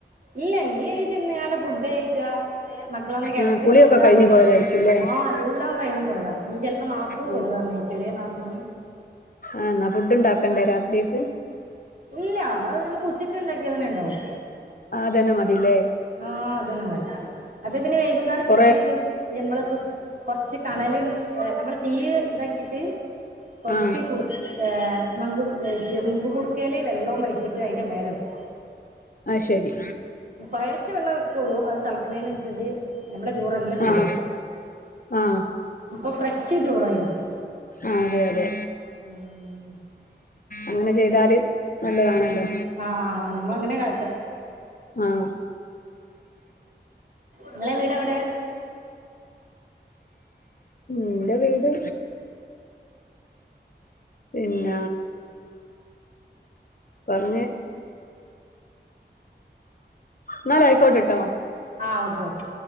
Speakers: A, on the right; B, on the left.
A: ഇല്ല ഇനി ചെന്ന് ആണ് ഫുഡ് കഴിക്ക മക്കളൊന്ന് കെടത്തി
B: ആ കുളിയൊക്കെ
A: ഒറക്ക്അ
B: കഴിഞ്ഞു പോയതായിരിക്കുംല്ലേ
A: ആഹ് എല്ലാം കഴിഞ്ഞ്പോയതാ ഇനി ചിലപ്പോ നാത്തും
B: ആ
A: വരും പറഞ്ഞ ചെറിയ നാത്തൂന്
B: ആഹ് ന്നാ ഫുഡ് ഇണ്ടാക്കണ്ടേ രാത്രിയെക്ക്
A: ഇല്ല അത് ഞമ്മക്ക് ഉച്ചക്ക് ഉണ്ടാക്കിയ തെന്നെ ഇണ്ടാവും
B: ആ അതന്നെ മതില്ലേ
A: ആഹ് അതന്നെ അത് പിന്നെ വൈകുന്നേരം
B: കൊറെ
A: ഞമ്മള് കൊറച്ച് കണല് നമ്മള് തീ താക്കിട്ട് കൊറച്
B: ആ
A: ആ മങ്കുടു ചെമ്പ് കുടുക്കേല് വെള്ളവും വെച്ചിട്ട് അയിന്റെ മേലെ വെക്കു
B: ആഹ് ശെരി
A: കൊറേശ്ശേ വെള്ളേ വെക്കുള്ളു അത് തെളക്കണേനനുസരിച്ച് നമ്മടെ ചോറല്ല ചൂടാവും
B: ആ ആഹ്
A: അപ്പൊ ഫ്രഷ് ചോറായി വരും
B: ആഹ് അതെ അതെ
A: <unintelligible>
B: അങ്ങനെ ചെയ്താല് നല്ലതാണല്ലോ
A: ആഹ് ഞമ്മളങ്ങനെ കാട്ടാ
B: ആഹ്
A: നിങ്ങളെ വീട് എവിടെയ
B: എന്റെ വീട് പിന്ന പറഞ്ഞ് ഇന്നാലൈക്കോട്ടെട്ടോ
A: ആഹ് ഓക്കെ ഓക്കെ